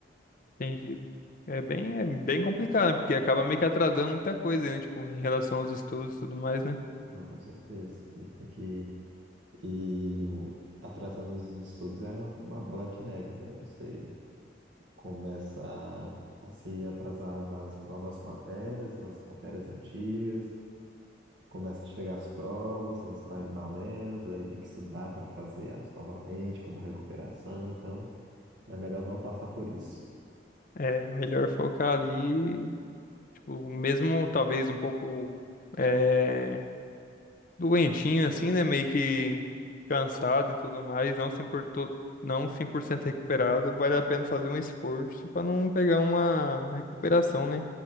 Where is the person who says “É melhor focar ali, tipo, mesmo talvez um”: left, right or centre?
Left